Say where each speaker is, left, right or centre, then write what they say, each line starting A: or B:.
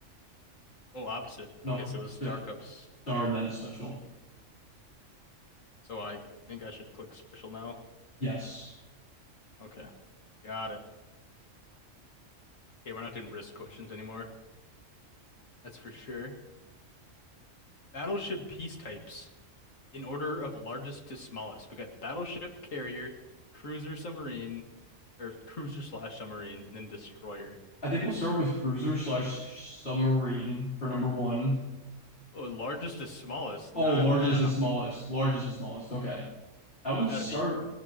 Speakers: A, on the left; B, on the left.
A: Oh, opposite.
B: No,
A: Okay, so it was
B: st-
A: Star Cup's.
B: Star and then
A: special.
B: Special.
A: So I think I should click Special now.
B: Yes.
A: Okay, got it. Okay, we're not doing risk questions anymore. That's for sure. Battleship piece types in order of largest to smallest. We got battleship, carrier, cruiser, submarine, or cruiser slash submarine, and then destroyer.
B: I think we'll start with cruiser slash submarine for number one.
A: Oh, largest to smallest.
B: Oh,
A: No,
B: largest
A: no, no, no,
B: and
A: no.
B: smallest.
A: It's
B: Largest and smallest. Okay. I would
A: gotta
B: start
A: be